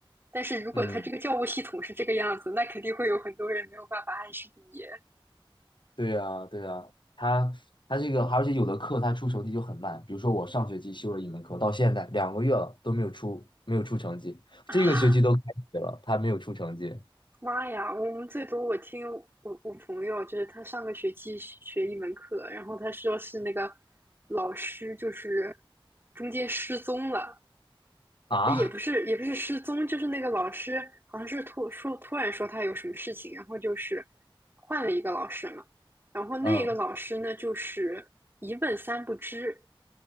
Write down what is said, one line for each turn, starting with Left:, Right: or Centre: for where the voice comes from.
Right: 但是如果它这个教务系统是这个样子，
Left: 嗯，
Right: 那肯定会有很多人没有办法按时毕业
Left: 对呀，对呀，它它这个，而且有的课它出成绩就很慢，比如说我上学期修了一门课，到现在两个月了都没有出没有出成绩，
Right: 啊！
Left: 这个学期都开学了，它没有出成绩
Right: 妈呀，我们最多我听我我朋友，就是他上个学期学一门课，然后他说是那个老师就是中间失踪了，
Left: 啊，
Right: 也不是也不是失踪，就是那个老师好像是突说突然说他有什么事情，然后就是换了一个老师嘛，
Left: <laughs>
Right: 然后那个老师呢就是一问三不知，
Left: 嗯